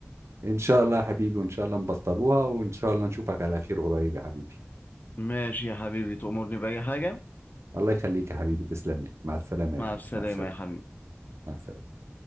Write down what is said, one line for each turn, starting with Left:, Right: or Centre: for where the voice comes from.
Right: ان شاء الله يا حبيبي وان شاء الله نبطلوها وان شاء الله نشوفك على خير قريب يا حبيبي
Left: ماشي يا حبيبي تأمرني بأي حاجة
Right: الله يخليك يا حبيبي تسلم لي مع السلامة يا
Left: مع
Right: هاني
Left: السلامة
Right: مع السلامة
Left: يا حبيبي
Right: مع السلامة